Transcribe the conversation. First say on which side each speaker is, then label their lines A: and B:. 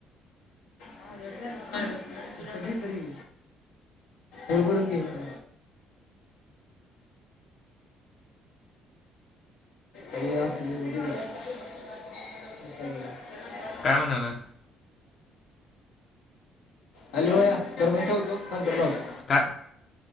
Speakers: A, on the left; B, on the left.
A: माझ्या ध्यानात नाही रं <unintelligible> ए असलं बिल आहेत सगळेच.
B: काय? म्हणाला
A: हॅलो भैय्या बरं मी ठेवतो नंतर लावतो.
B: काय